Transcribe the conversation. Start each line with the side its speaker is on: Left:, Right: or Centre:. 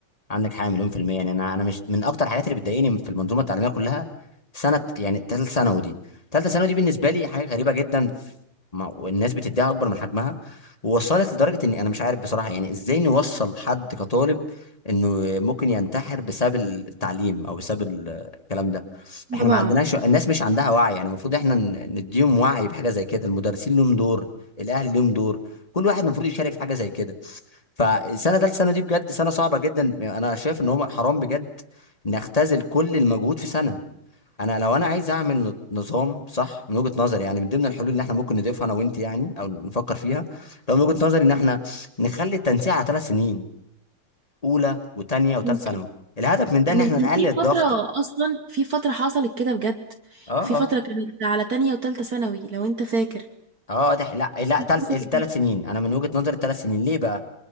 Left: عندك حاجه مليون في الميه يعني انا انا مش من اكتر الحاجات اللي بتضايقني في المنظومه التعليميه كلها سنه يعني ثالثه ثانوي دي ثالثه ثانوي دي بالنسبه لي حاجه غريبه جدا ما- والناس بتديها اكبر من حجمها ووصلت لدرجه اني انا مش عارف بصراحه يعني ازاي نوصل حد كطالب انه ممكن ينتحر بسبب التعليم او بسبب ال- الكلام ده احنا
Right: طبعا
Left: ما عندناش الناس مش عندها وعي يعني المفروض احنا ن- نديهم وعي بحاجه زي كده المدرسين لهم دور الاهل لهم دور كل واحد المفروض يشارك في حاجه زي كده فالسنه ثالث سنه دي بجد سنه صعبه جدا انا شايف ان هم حرام بجد نختزل كل المجهود في سنه انا لو انا عايز اعمل ن- نظام صح من وجهه نظري يعني من ضمن الحلول اللي احنا ممكن نضيفها انا وانت يعني او نفكر فيها لو من وجهه نظري ان احنا نخلي التنسيق على ثلاث سنين اولى وثانيه وثالث
Right: ممكن
Left: ثانوي الهدف من ده ان
Right: مش
Left: احنا
Right: كان
Left: نقلل
Right: في
Left: الضغط
Right: فترة
Left: اه
Right: أصلا في فترة حصلت كده بجد
Left: اه
Right: في فترة كانت على تانية وتالتة ثانوي لو أنت فاكر
Left: اه ده لا لا تلت
Right: حصل
Left: الثلاث
Right: ده.
Left: سنين انا من وجهه نظري الثلاث سنين ليه بقى